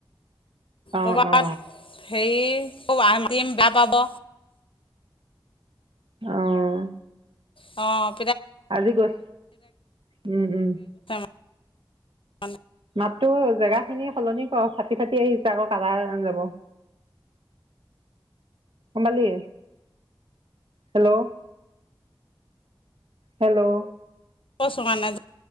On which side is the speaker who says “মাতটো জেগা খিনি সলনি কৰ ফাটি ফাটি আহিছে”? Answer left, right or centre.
Right